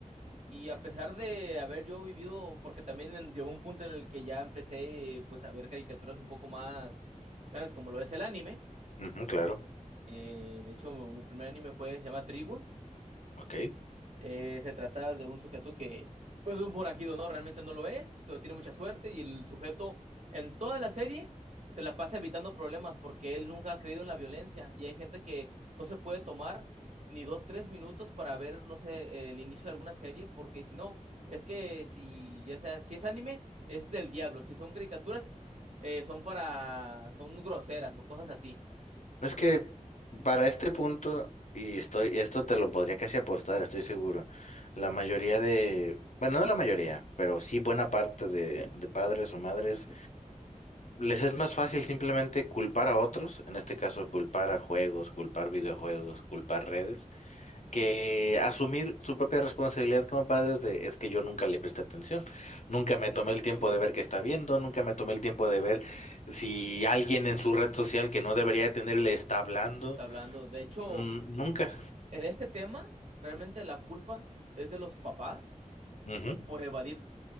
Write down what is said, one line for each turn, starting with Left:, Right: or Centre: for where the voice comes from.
Right: y a pesar de haber yo vivido, porque también en- llegó un punto en el que ya empecé pues a ver caricaturas un poco más, ¿sabes? Como lo es el anime.
Left: Ujú, claro.
Right: Eh, de hecho, mi primer anime fue, se llama Trigun.
Left: Ok.
Right: Eh, se trata de un sujeto que, pues, es un forajido, ¿no? Realmente no lo es, pero tiene mucha suerte y el sujeto en toda la serie se la pasa evitando problemas porque él nunca ha creído en la violencia y hay gente que no se puede tomar ni dos, tres minutos para ver, no sé, el inicio de alguna serie porque dice, no, es que si, ya sea, si es anime, es del diablo, si son caricaturas, eh, son para, son groseras o cosas así. Entonces,
Left: Es que para este punto, y estoy, esto te lo podría casi apostar, estoy seguro. La mayoría de, bueno, no la mayoría, pero sí buena parte de, de padres o madres, les es más fácil simplemente culpar a otros, en este caso culpar a juegos, culpar videojuegos, culpar redes que asumir su propia responsabilidad como padres de, es que yo nunca le presté atención, nunca
Right: sí,
Left: me
Right: definitivamente,
Left: tomé el tiempo de ver qué está viendo, nunca me tomé el tiempo de ver si alguien en su red social que no debería tener le está hablando,
Right: ya está hablando. De hecho...
Left: Mm, nunca.
Right: En este tema, realmente la culpa es de los papás
Left: Ujú.
Right: por evadir